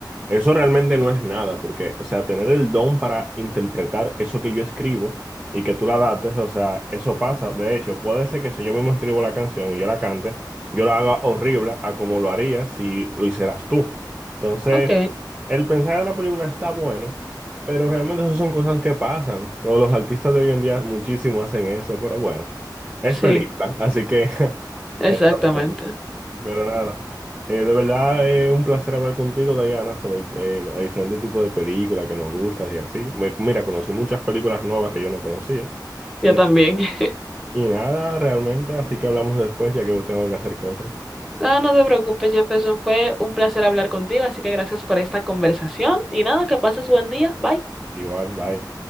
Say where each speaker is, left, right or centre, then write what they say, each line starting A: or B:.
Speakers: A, on the right; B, in the centre.
A: Eso realmente no es nada, porque, o sea, tener el don para interpretar eso que yo escribo y que tú la dates, o sea, eso pasa. De hecho, puede ser que si yo mismo escribo la canción y yo la cante, yo la haga horrible a como lo haría si lo hicieras tú. Entonces,
B: Ok,
A: el mensaje de la película está bueno, pero realmente eso son cosas que pasan. Todos los artistas de hoy en día muchísimo hacen eso, pero bueno, es
B: sí,
A: película, así que <laughs>
B: exactamente.
A: eso fue. Pero nada, eh, de verdad es un placer hablar contigo, Diana, sobre eh, los diferentes tipos de películas que nos gustan y así. Me- mira, conocí muchas películas nuevas que yo no conocía
B: Yo
A: y, na-
B: también. <laughs>
A: y nada realmente, así que hablamos después ya que tengo que hacer cosas.
B: No, no te preocupes, Jefferson. Fue un placer hablar contigo, así que gracias por esta conversación. Y nada, que pases buen día. Bye.
A: Igual, bye.